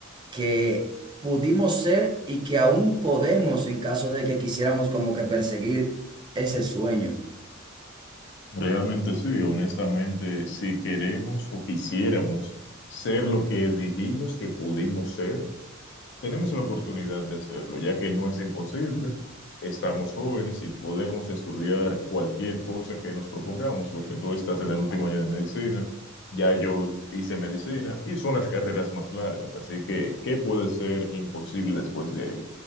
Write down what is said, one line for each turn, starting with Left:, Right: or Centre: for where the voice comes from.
Right: que pudimos ser y que aún podemos en caso de que quisiéramos como que perseguir ese sueño.
Left: Realmente sí, honestamente, si queremos o quisiéramos ser lo que dijimos que pudimos ser, Tenemos la oportunidad de hacerlo, ya que no es imposible. Estamos jóvenes y podemos estudiar cualquier cosa que nos propongamos, porque tú estás en el último año de medicina, ya yo hice medicina y son las carreras más largas, así que, ¿qué puede ser imposible después de ahí?